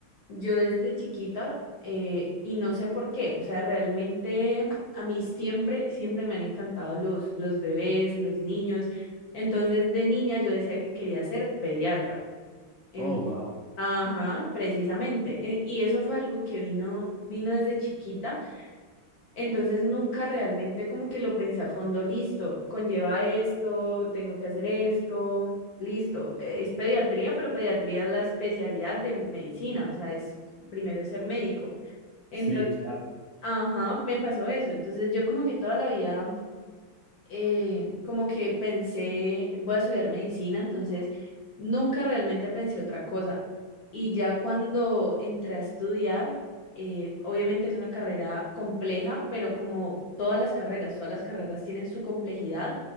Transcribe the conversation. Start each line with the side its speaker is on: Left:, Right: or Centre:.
Left: Yo desde chiquita, eh, y no sé por qué, o sea, realmente a mí siempre, siempre me han encantado los, los bebés, los niños. Entonces, de niña yo decía que quería ser pediatra. En-
Right: Oh, wow.
Left: ajá, precisamente. E- Y eso fue algo que vino, vino desde chiquita entonces nunca realmente como que lo pensé a fondo, listo, conlleva esto, tengo que hacer esto, listo. Eh, Es pediatría, pero pediatría es la especialidad de medicina, o sea, es primero es ser médico. Entonces,
Right: Sí, claro.
Left: ajá, me pasó eso. Entonces yo como que toda la vida eh, como que pensé, voy a estudiar medicina, entonces nunca realmente pensé otra cosa. Y ya cuando entré a estudiar, eh, obviamente es una carrera compleja, pero como todas las carreras, todas las carreras tienen su complejidad.